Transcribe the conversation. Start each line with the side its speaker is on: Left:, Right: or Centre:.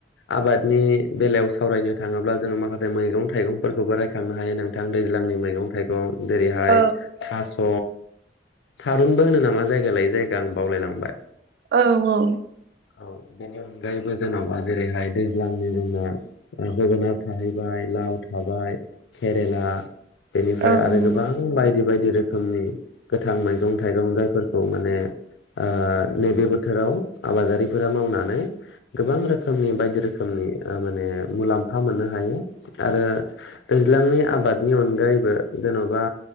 Left: आबादनि बेलायाव सावरायनो थाङोब्ला जोङो माखासे मैगं थाइगंफोरखौबो रायखांनो हायो नोंथां दैज लांनि मैगं थाइगं जेरैहाय
Right: औ
Left: थास' थारुनबो होनो नामा जायगा लायै जायगा आं बावलायलांबाय
Right: औ-औ
Left: औ बेनि अनगायैबो जेनेबा जेरैहाय दैज्लांनि जोंना ओ जोगोनार थाहैबाय लाव थाबाय केेरेला बेनिफ्राय
Right: औ
Left: आरो गोबां बायदि बायदि रोखोमनि गोथां मैगं थाइगं जायफोरखौ माने ओ नैबे बोथोराव आबादारिफोरा मावनानै गोबां रोखोमनि बायदि रोखोमनि ओ माने मुलाम्फा मोननो हायो आरो दैज्लांनि आबादनि अनगायैबो जेन'बा